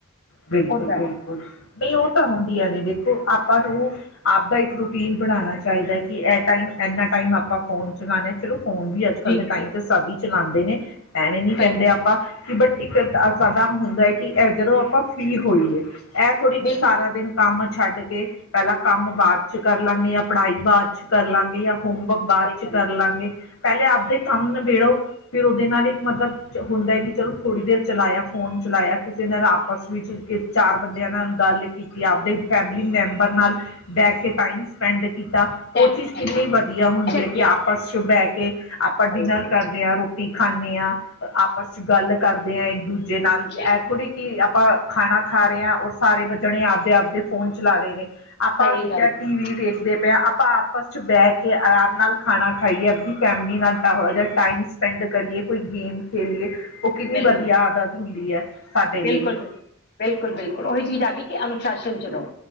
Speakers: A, on the left (about 85°); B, on the left (about 55°).
A: ਬਿਲਕੁਲ,
B: ਓਦਾਂ
A: ਬਿਲਕੁਲ
B: ਹੈ
A: ਨਹੀਂ ਉਹ ਤਾਂ ਹੁੰਦੀਆਂ ਨੇ ਦੇਖੋ। ਆਪਾਂ ਨੂੰ ਆਪਦਾ ਇੱਕ ਰੂਟੀਨ ਬਣਾਉਣਾ ਚਾਹੀਦਾ ਕਿ ਇਹ ਟਾਈਮ ਐਨਾ ਟਾਈਮ ਆਪਾਂ ਫੋਨ ਚਲਾਉਣਾ। ਚਲੋ ਫੋਨ ਵੀ ਅੱਜ - ਕੱਲ
B: ਜੀ
A: ਦੇ
B: ਬਿਲਕੁਲ
A: ਟਾਈਮ ਤੇ ਸਾਬੀ ਚਲਾਉਂਦੇ ਨੇ। ਐਵੇਂ ਨੀ
B: ਸਹੀ
A: ਕਹਿੰਦੇ
B: ਗੱਲ
A: ਆਪਾਂ, ਕਿ ਬਟ ਇੱਕ ਸਾਦਾ ਹੁੰਦਾ ਹੈ ਕਿ ਜਦੋਂ ਫੀ ਹੋਈ ਹੈ, ਇਹ ਥੋੜ੍ਹੀ ਕਿ
B: ਬਿਲਕੁਲ
A: ਸਾਰਾ ਦਿਨ ਕੰਮ ਛੱਡ ਕੇ, ਪਹਿਲਾਂ ਕੰਮ ਬਾਅਦ ਚ ਕਰ। ਕਰ ਲਾਂਗੇ ਜਾਂ ਪੜ੍ਹਾਈ ਬਾਅਦ ਚ ਕਰ ਲਾਂਗੇ ਜਾਂ 'ਹੋਮਵਰਕ' ਬਾਅਦ
B: ਸਹੀ
A: ਚ
B: ਗੱਲ
A: ਕਰ ਲਾਂਗੇ। ਪਹਿਲੇ ਆਪਦੇ ਕੰਮ ਨ ਨਬੇੜੋ। ਫਿਰ ਉਹਦੇ ਨਾਲ ਇੱਕ ਮਤਲਬ ਹੁੰਦਾ ਹੈ, ਕਿ ਚਲੋ ਥੋੜ੍ਹੀ ਦੇਰ ਚਲਾਇਆ 'ਫੋਨ' ਚਲਾਇਆ। ਕਿਸੇ ਨਾਲ ਆਪਸ ਵਿੱਚ ਚਾਰ ਬੰਦਿਆਂ ਨਾਲ ਗੱਲ ਕੀਤੀ, ਆਪਦੇ ਫੈਮਲੀ ਮੈਂਬਰ ਨਾਲ। ਬਹਿਠ ਕੇ ਟਾਈਮ 'ਸਪੈਂਡ' ਕੀਤਾ।
B: ਟਾਈਮ
A: ਉਹ ਚੀਜ਼ ਕਿੰਨੀ
B: ਹਾਂਜੀ
A: ਵਧੀਆ ਹੁੰਦੀ
B: ਚੰਗੀ
A: ਹੈ, ਕਿ ਆਪਸ
B: ਆਦਤ
A: 'ਚ ਬਹਿ ਕੇ ਆਪਾਂ 'ਡਿਨਰ'
B: ਸਹੀ ਗੱਲ
A: ਕਰਦੇ ਹਾਂ ਰੋਟੀ' ਖਾਂਦੇ ਹਾਂ। ਆਪਸ ਚ ਗੱਲ ਕਰਦੇ ਆ। ਇੱਕ - ਦੂਜੇ ਨਾਲ ਇਹ
B: ਬਿਲਕੁਲ
A: ਥੋੜੀ ਕਿ ਆਪਾਂ ਖਾਣਾ ਖਾ ਰਹੇ ਹਾਂ ਔਰ ਸਾਰੇ ਜਾਣੇ ਆਪਦੇ, ਆਪਦੇ 'ਫੋਨ' ਚਲਾ ਰਹੇ ਨੇ। ਆਪਾਂ
B: ਸਹੀ ਗੱਲ
A: ਜਾਂ
B: ਹੈ
A: ਟੀ ਵੀ ਵੇਖਦੇ ਪਏ ਹਾਂ, ਆਪਾਂ ਆਪਸ 'ਚ ਬਹਿ ਕੇ ਆਰਾਮ ਨਾਲ ਖਾਣਾ ਖਾਈਏ ਆਪਦੀ। ਫੈਮਿਲੀ ਨਾਲ ਤਾਂ ਹੋਇਆ
B: ਜੀ
A: ਜਾਂ ਟਾਈਮ 'ਸਪੈਂਡ' ਕਰੀਏ ਕੋਈ ਗੇਮ ਖੇ ਲਈਏ ਉਹ ਕਿੰਨੀ
B: ਬਿਲਕੁਲ
A: ਵਧੀਆ 'ਆਦਤ' ਹੁੰਦੀ ਹੈ, ਸਾਡੇ
B: ਬਿਲਕੁਲ
A: ਲਈ ਵੀ।
B: ਬਿਲਕੁਲ, ਬਿਲਕੁਲ ਉਹੀ ਚੀਜ਼ ਆ ਗਈ ਕਿ 'ਅਨੁਸ਼ਾਸਨ' ਚ ਰਹੋ।